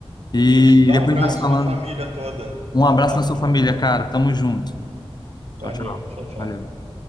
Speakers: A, on the left (about 45°); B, on the right (about 85°).
A: e
B: Isso, dá
A: depois
B: um abraço
A: a gente vai se falando.
B: na família toda.
A: Um
B: Dá
A: abraço
B: um abraço
A: na sua
B: na
A: família,
B: família
A: cara.
B: toda.
A: Tamo junto.
B: Valeu,
A: Tchau, tchau.
B: tchau, tchau.
A: Valeu.